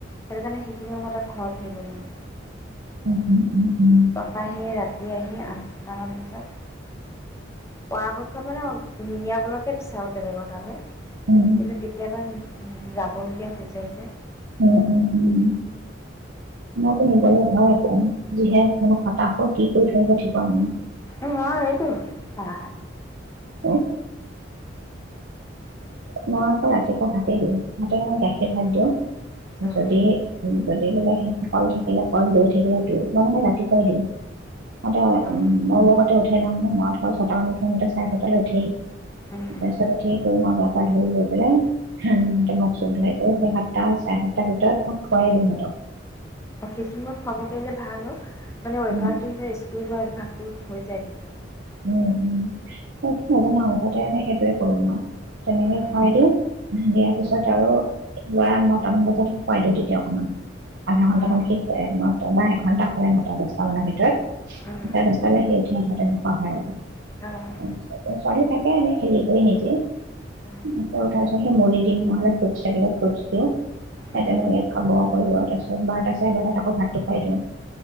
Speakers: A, on the left; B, on the right.
A: সেইটো কাৰণে সেইখিনি সময়ই তাক ঘৰত নিব নোৱাৰি।
B: উম উম উম উম
A: তাৰপা সি ৰাতি আহি আঠ টা মানত বজাত পৰাপক্ষত মানে নিনিয়াবলৈকে বিচাৰো বেলেগত।
B: উম,
A: কিন্তু কেতিয়াবা যাবলগীয়া হৈ যায় যে।
B: উম, উম, উম। মইতো নিবলৈ ভয়ে কয়ো যিহে মহা খটাসুৰ কি কৰি থৈ আহিব ঠিকান‌ নাই।
A: উ আ এইটো। বা
B: অ'। মই আকৌ ৰাতিপুৱা ভাতে দিওঁ ভাতে মানে গাখীৰ ভাত দিওঁ।
A: উম,
B: যদি উম। যদি বোলে হেই কল থাকিলে কল দৈ থাকিলে দৈ মই মানে ৰাতিপুৱাই দিওঁ। সতে
A: উম,
B: উ মোৰ লগতে উঠে নহয়। <inaudible> মই ছটামান উঠো ইহঁতে চাৰেছটালে উঠেই
A: উম।
B: তাৰপিছত উঠিয়েই কৰো ন গা পা ধুই লৈ পেলাই মুখ- চুখ ধুৱাই কৰি সাতটা চাৰেসাতটা ভিতৰত মই খুৱাই দিওঁ সিহঁতক।
A: অফিচিঙত খাব পাৰিলে ভাল অ। মানে অভ্যাস
B: উম,
A: টো যে স্কুল যোৱা অভ্যাস। তোত হৈ যায় তেতিয়া।
B: উ উ সেইটো নাজানো আৰু উঠতে সেইটোৱে কৰো মই তেনেকে
A: উম,
B: খুৱাই দিওঁ। উ' দিয়াৰ পিছত আৰু লৰা নটামান বজাত শুইৱাই দিওঁ। তেতিয়া অকমান আধা ঘন্টামান
A: অ',
B: সি শুৱে নটবা এঘন্টা শুৱে নটা দচটা মানৰ ভিতৰত
A: উম,
B: চাৰেদচটালে সি উঠে। আৰু
A: অ',
B: ছোৱালী থাকে এনে খেলি কৰি নিজে উঠাৰ
A: উম,
B: পিছত সেই মৰি দিওঁ নহ'লে ফ্ৰুটছ থাকিলে ফ্ৰুট দিওঁ
A: উম।
B: তেনেকে খাব কৰিব তাৰপিছত বাৰ্তা চাই বাৰ আকৌ ভাতটো খুৱাই দিওঁ।